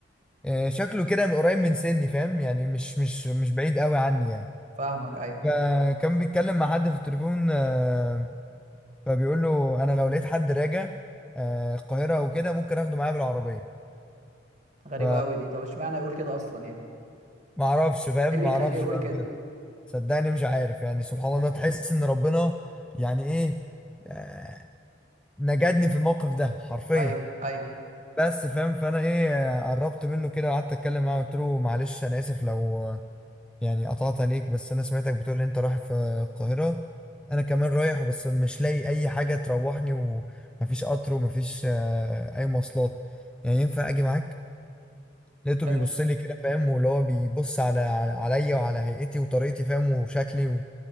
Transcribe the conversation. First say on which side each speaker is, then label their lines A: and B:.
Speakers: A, in the centre; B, on the right.
A: آه، شكله كده من قريب من سني فاهم يعني مش مش مش بعيد قوي عني يعني
B: فاهمك ايوه
A: فكان بيتكلم مع حد في التليفون آه، فبيقول له انا لو لقيت حد راجع آه، القاهره وكده ممكن اخده معايا بالعربيه
B: غريبه
A: ف
B: قوي دي طب اشمعنى يقول كده اصلا يعني
A: ما اعرفش فاهم
B: ايه اللي
A: ما
B: يخليه
A: اعرفش
B: يقول
A: بقى
B: كده
A: بجد صدقني مش عارف يعني سبحان الله تحس ان ربنا يعني ايه آه، نجدني في الموقف ده حرفيا
B: ايوه ايوه
A: بس فاهم فانا ايه آه، قربت منه كده وقعدت اتكلم معاه قلت له معلش انا اسف لو آه، يعني قطعت عليك بس انا سمعتك بتقول ان انت رايح في القاهرة انا كمان رايح بس مش لاقي اي حاجة تروحني ومفيش قطر ومفيش آه، اي مواصلات يعني ينفع اجي معاك لقيته
B: حلو
A: بيبص لي كده فاهم واللي هو بيبص على على- عليا وعلى هيئتي وطريقتي فاهم وشكلي و...